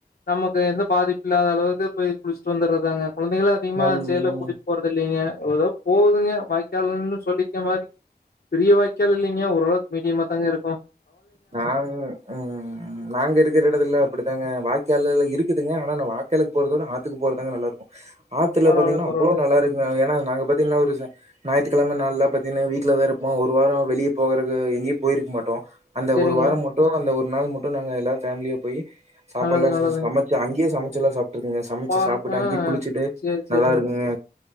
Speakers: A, on the left; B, on the right.
A: நமக்கு எந்த பாதிப்பு இல்லாத அளவுக்கு போய் குளிச்சுட்டு வந்துடுறதாங்க குழந்தைகள அதிகமாக
B: நல்
A: சேலோ குடி போறத இல்லைங்க எ்தோ போகுதுங்க வாய்க்காலன்னு சொல்லிக்க மாதிரி பெரிய வாய்க்கால் இல்லைங்கா ஓரளவுக்கு மீடியமா தாங்க இருக்கும்
B: நா உம் நாங்க இருக்கிற இடத்துல அப்படித்தாங்க வாய்க் வாய் கால்ல இருக்குதுங்க ஆனா வாய்க்காலுக்கு போறத விட ஆத்துக்கு போறதுதாங்க நல்லா இருக்கும் ஆத்துல
A: பரவால்ல
B: பாத்தீங்கன்னா
A: பரவால்ல
B: அவ்வளோ நல்லா இருக்கு ஏன்னா நாங்க பாத்தீங்கன்னா ஒரு ஞாயிறுக்கிழமை நாள்ள பாத்தீங்கன்னா வீட்டுலதான் இருப்போம் ஒரு வாரம் வெளியே போகறக்கு எங்கேயும் போயிருக்க மாட்டோம் அந்த
A: செரிங்க
B: ஒரு வாரம் மட்டும் அந்த ஒரு ஒரு நாள் மட்டும் நாங்க எல்லாரு ஃபேமிலியா போயி சாப்பாடெல்லாம்
A: நல்லது நல்லதுங்க
B: சமைச்சி அங்கயே சமைச்சி சில சாப்பாட் இருக்குங்க சமைச்சு
A: பாருங்க
B: சாப்பிட்டு
A: ஆ
B: அங்கேயே குளிச்சுட்டு
A: சேரி சேரிங்க
B: நல்லா இருக்குங்க